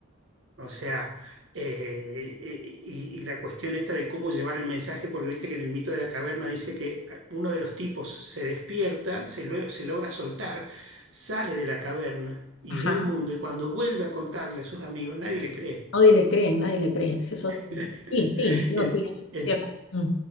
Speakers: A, on the right; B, on the left.
A: O sea, eh, eh, y, y la cuestión esta de cómo llevar el mensaje, porque viste que en el mito de la caverna dice que eh, uno de los tipos se despierta, se, lue- se logra soltar, sale de la caverna y
B: Ajá.
A: ve el mundo, y cuando vuelve a contarle a sus amigos, nadie le cree.
B: Nadie le cree, nadie le cree. es Eso,
A: <laughs>
B: sí, sí, no,
A: En-
B: sí, es
A: en-
B: cierto. Mm,